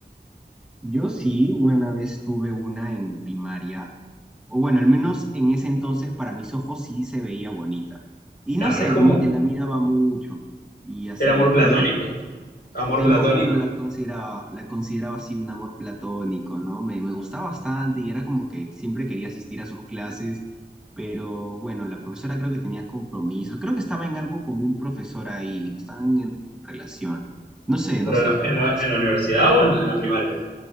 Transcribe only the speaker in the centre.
Yo sí, una vez tuve una en primaria, o bueno, al menos en ese entonces para mis ojos sí se veía bonita. Y
no sé,
como que la miraba mucho y así.
Dime.
Te
lo juro, la consideraba, la consideraba así un amor platónico, ¿no? Me, me gustaba bastante y era como que siempre quería asistir a sus clases, pero bueno, la profesora creo que tenía compromisos, creo que estaba en algo con un profesor ahí, estaban en relación. No sé,
no sé,
no,
no sé.